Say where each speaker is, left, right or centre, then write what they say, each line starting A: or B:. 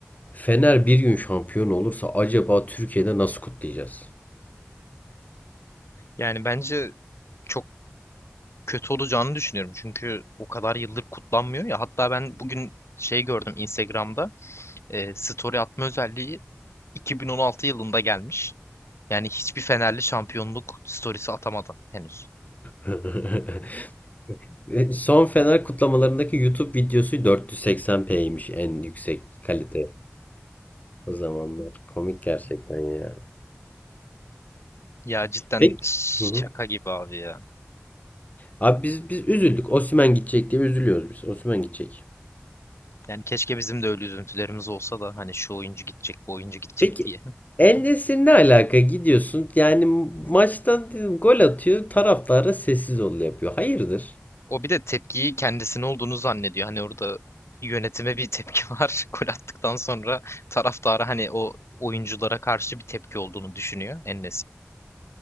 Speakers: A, on the left (about 40°); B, on the left (about 85°).
A: Fener bir gün şampiyon olursa acaba Türkiye'de nasıl kutlayacağız?
B: Yani bence çok kötü olacağını düşünüyorum. Çünkü o kadar yıldır kutlanmıyor ya. Hatta ben bugün şey gördüm Instagram'da. E, story atma özelliği 2016 yılında gelmiş. Yani hiçbir Fenerli şampiyonluk storiesi atamadı henüz.
A: <laughs> Son Fener kutlamalarındaki YouTube videosu 480p'ymiş en yüksek kalite. O zamanlar. Komik gerçekten ya.
B: Ya cidden
A: Peki. Hı hı.
B: şaka gibi abi ya.
A: Abi biz biz üzüldük. Osimhen gidecek diye üzülüyoruz biz. Osimhen gidecek.
B: Yani keşke bizim de öyle üzüntülerimiz olsa da hani şu oyuncu gidecek, bu oyuncu gidecek
A: Peki
B: diye.
A: En ne alaka gidiyorsun? Yani maçtan dedim, gol atıyor. Taraftara sessiz ol yapıyor. Hayırdır?
B: O bir de tepkiyi kendisine olduğunu zannediyor. Hani orada yönetime bir tepki var. <laughs> Gol attıktan sonra taraftara hani o oyunculara karşı bir tepki olduğunu düşünüyor en